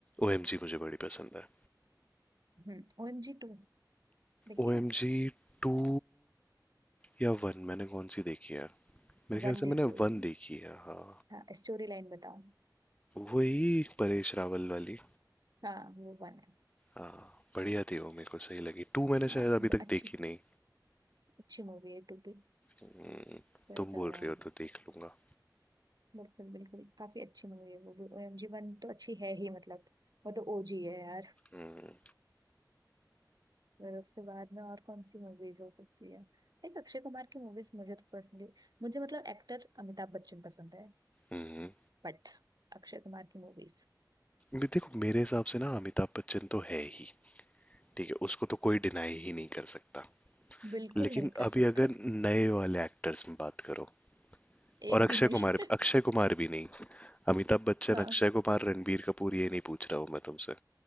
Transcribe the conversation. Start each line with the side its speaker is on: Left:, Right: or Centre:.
Left: ओएमजी मुझे बड़ी पसंद है
Right: हम्म ओएमजी टू देखिए
Left: ओएमजी टू या वन मैंने कौन सी देखी है मेरे
Right: वन
Left: ख्याल
Right: देखी
Left: से मैंने
Right: होगी
Left: वन देखी है हाँ
Right: हाँ स्टोरी लाइन बताओ
Left: वही परेश रावल वाली
Right: हाँ वो वन है
Left: हाँ बढ़िया थी वो मेरे को सही लगी टू मैंने
Right: हाँ
Left: शायद
Right: ब-
Left: अभी तक
Right: अच्छी
Left: देखी नहीं
Right: अच्छी मूवी है टू भी
Left: हम्म,
Right: फिर
Left: तुम बोल
Right: अ,
Left: रहे हो तो देख लूंगा
Right: बिल्कुल बिल्कुल काफी अच्छी मूवी है वो भी ओएमजी वन तो अच्छी है ही मतलब वो तो ओजी है यार
Left: हम्म
Right: फिर उसके बाद में और कौन सी मूवीज हो सकती है एक अक्षय कुमार की मूवीज मुझे तो पर्सनली मुझे मतलब एक्टर अमिताभ बच्चन पसंद है
Left: हम्म।
Right: बट अक्षय कुमार की मूवीज
Left: भी देखो मेरे हिसाब से ना अमिताभ बच्चन तो है ही ठीक है उसको तो कोई डिनाई ही नहीं कर सकता
Right: बिल्कुल
Left: लेकिन
Right: नहीं कर
Left: अभी
Right: सकता
Left: अगर नए वाले एक्टर्स में बात करो
Right: <laughs> एक
Left: और अक्षय
Right: भी नहीं
Left: कुमार
Right: <laughs>
Left: अक्षय कुमार भी नहीं अमिताभ बच्चन
Right: हाँ
Left: अक्षय कुमार रणबीर कपूर ये नहीं पूछ रहा हूँ मैं तुमसे